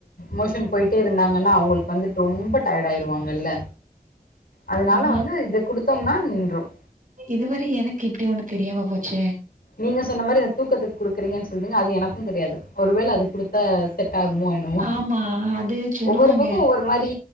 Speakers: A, on the left; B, on the right.
A: மோஷன் போயிட்டே இருந்தாங்கன்னா அவுங்களுக்கு வந்துட்டு ரொம்ப டயர்ட் ஆயிருவாங்கல்ல அதனால
B: ஆ
A: வந்து இத குடுத்தோம்னா நின்றும்
B: இதுவர எனக்கு இப்டி ஒண்ணு தெரியாம போச்சே
A: நீங்க சொன்ன மாரி அ தூக்கத்துக்கு குடுக்குறீங்கன்னு சொல்றீங்க அது எனக்கும் தெரியாது ஒருவேள அது குடுத்த செட் ஆகுமோ என்னமோ
B: ஆமா அது சொல்லுவாங்க
A: ஒவ்வொரு பக்கம் ஒவ்வொரு மாரி